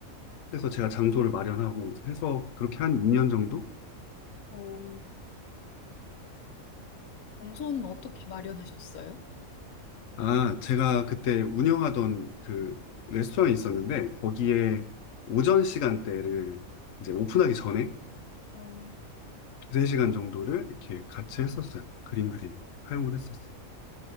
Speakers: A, on the left; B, on the left.
A: 해서 제가 장소를 마련하고 해서 그렇게 한 2년 정도?
B: 어, 장소는 어떻게 마련하셨어요?
A: 아, 제가 그때 운영하던 그 레스토랑이 있었는데, 거기에 오전 시간대를 이제 오픈하기 전에
B: 어,
A: 두세 시간 정도를 이렇게 같이 했었어요. 그림 그리는, 활용을 했었어요.